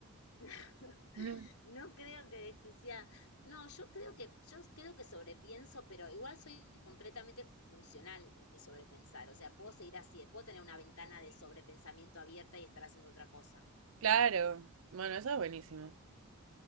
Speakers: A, on the left; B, on the right.
A: <laughs>
B: Mm.
A: No creo que desquiciada. No, yo creo que, yo creo que sobrepienso, pero igual soy completamente funcional en mi sobrepensar. O sea, puedo seguir así, puedo tener una ventana de sobrepensamiento abierta y estar haciendo otra cosa.
B: Claro. Bueno, eso es buenísimo.